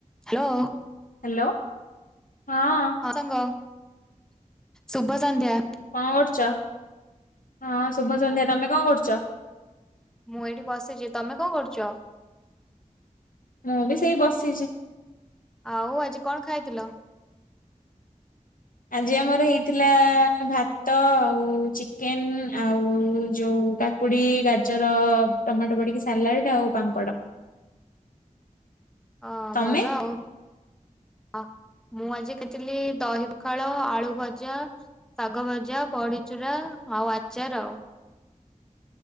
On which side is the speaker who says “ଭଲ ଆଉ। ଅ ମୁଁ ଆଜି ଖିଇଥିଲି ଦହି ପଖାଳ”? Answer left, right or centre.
Centre